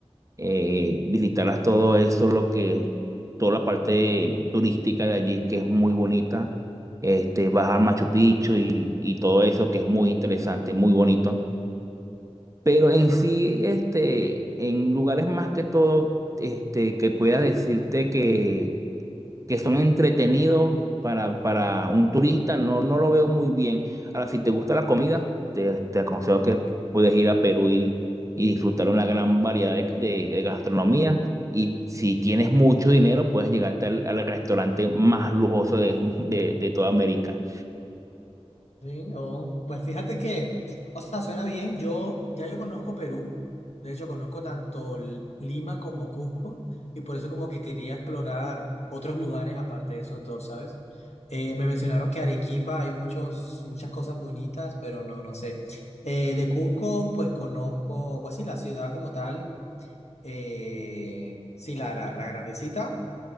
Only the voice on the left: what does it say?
Sí, oh, pues fíjate que, o sea, suena bien. Yo ya yo conozco Perú, de hecho conozco tanto L- Lima como Cusco y por eso como que quería explorar otros lugares aparte de esos dos, ¿sabes? Eh, me mencionaron que Arequipa hay muchos muchas cosas bonitas, pero no no sé. Eh, de Cusco pues conozco, pues sí, la ciudad como tal, eh, sí la la la grandecita